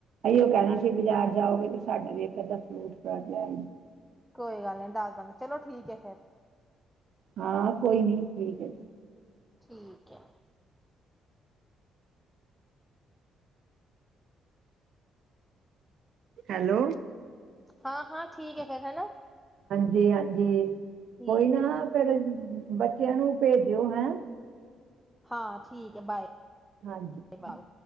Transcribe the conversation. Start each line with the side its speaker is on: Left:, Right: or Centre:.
Right: ਅਸੀ ਉਹ ਕਹਿਣਾ ਸੀ ਬਾਜ਼ਾਰ ਜਾਓਗੇ ਤੇ ਸਾਡਾ ਵੀ ਇੱਕ ਅੱਧਾ ਫਰੂਟ ਫਰਟ ਲੈ ਲਈ
Centre: ਕੋਈ ਗੱਲ ਨਹੀਂੀ ਦੱਸ ਦਾਂਗੇ ਚਲੋ ਠੀਕ ਹੈ ਫੇਰ
Right: ਹਾਂ ਕੋਈ ਨੀ ਠੀਕ ਹੈ ਜੀ
Centre: ਠੀਕ ਹੈ
Right: ਹੈਲੋ
Centre: ਹਾਂ ਹਾਂ ਠੀਕ ਹੈ ਫੇਿਰ ਹੈਨਾ
Right: ਜੀ ਹਾਂਜੀ
Centre: ਠੀਕ
Right: ਕੋਈ ਨਾ
Centre: ਹੈ
Right: ਫਿਰ ਬੱਚਿਆਂ ਨੂੰ ਭੇਜਿਓ ਹੈਂ
Centre: ਹਾਂ ਠੀਕ ਹੈ ਬਾਏ
Right: ਹਾਂਜੀ
Centre: ਬਾਏ